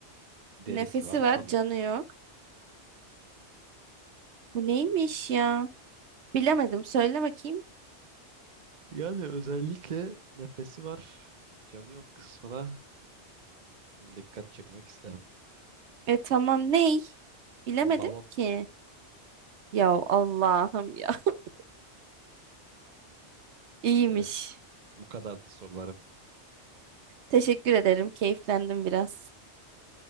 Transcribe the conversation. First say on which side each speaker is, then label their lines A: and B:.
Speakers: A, on the right; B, on the right.
A: Derisi
B: Nefesi
A: var
B: var,
A: kanı
B: canı
A: yok.
B: yok. Bu neymiş ya? Bilemedim. Söyle bakayım.
A: Yani özellikle nefesi var, canı yok kısmına dikkat çekmek isterim.
B: E tamam ney? Bilemedim
A: Balon,
B: ki. Ya Allah'ım ya. <laughs> İyiymiş.
A: evet. Bu kadardı sorularım.
B: Teşekkür ederim. Keyiflendim biraz.